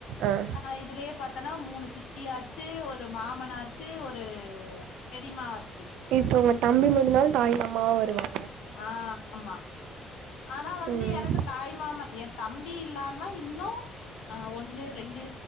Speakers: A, on the right; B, on the left.
A: ஆ
B: ஆஹ் இதுலயே பாத்தோன்னா மூணு சித்தியாச்சு ஒரு மாமனாச்சு ச்சு ஒரு பெரிமா வச்சு
A: இப்போ உங்க தம்பி முன்னள் தாய் மாமாவ வருவா
B: ஆ ஆமா ஆனா வந்து
A: ம்
B: எனக்கு தாய் மாமா என் தம்பி இல்லாம இன்னு ஆ ஒன்னு ரெண்டு